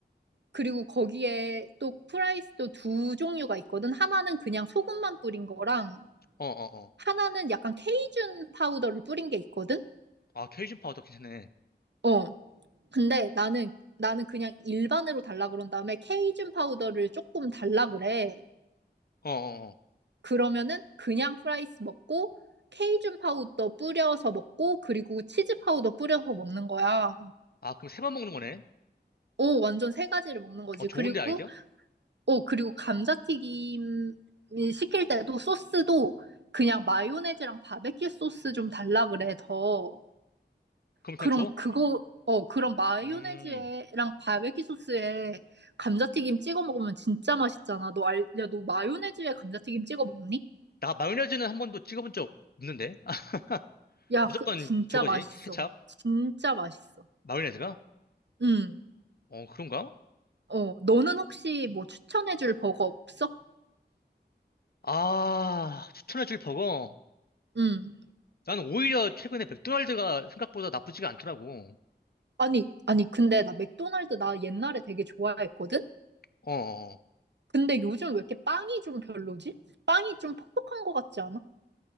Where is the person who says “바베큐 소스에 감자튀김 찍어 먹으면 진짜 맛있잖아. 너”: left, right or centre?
Right